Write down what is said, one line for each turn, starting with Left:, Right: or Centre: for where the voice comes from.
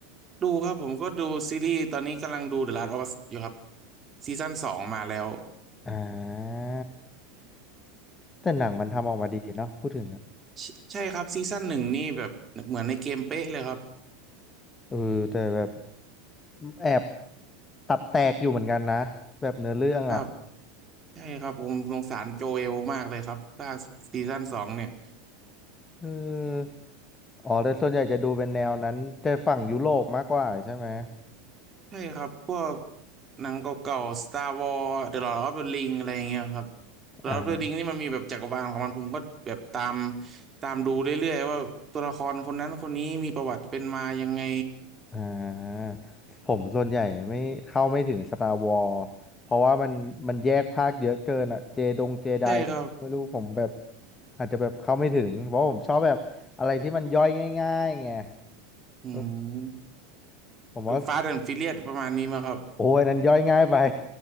Right: ดูครับผมก็ดูซีรีส์ตอนนี้กำลังดู The Last of Us อยู่ครับซีซั่นสองมาแล้ว
Left: อ่าแต่หนังมันทำออกมาดีเนาะพูดถึงอะ
Right: ใช่ใช่ครับซีซั่นหนึ่งนี่แบบเหมือนในเกมเป๊ะเลยครับ
Left: เออแต่แบบแอบตับแตกอยู่เหมือนกันนะแบบเนื้อเรื่องอ่ะ
Right: ครับใช่ครับผมสงสารโจเอลมากเลยครับถ้าซีซั่นสองเนี่ย
Left: เอออ๋อ แต่ส่วนใหญ่จะดูเป็นแนวนั้นจะฝั่งยุโรปมากกว่าใช่ไหม
Right: ใช่ครับพวกหนังเก่าๆ Star Wars The Lord of the Ring อะไรอย่างเงี้ยครับ The
Left: อ่า
Right: Lord of the Ring นี่มันมีแบบจักรวาลของมันผมก็แบบตามตามดูเรื่อยๆว่าตัวละครคนนั้นคนนี้มีประวัติเป็นมายังไง
Left: อ่าผมส่วนใหญ่ไม่เข้าไม่ถึง Star Wars เพราะว่ามันมันแยกภาคเยอะเกินอ่ะเจดงเจได
Right: ใช่ครับ
Left: ไม่รู้ผมแบบอาจจะแบบเข้าไม่ถึงเพราะผมชอบแบบอะไรที่มันย่อยง่ายๆไง
Right: อื
Left: เออ
Right: ม
Left: ผมว่า
Right: ฟาสต์แอนด์ฟิเลียสประมาณนี้มั้งครับ
Left: โอ้ยนั้นย่อยง่ายไป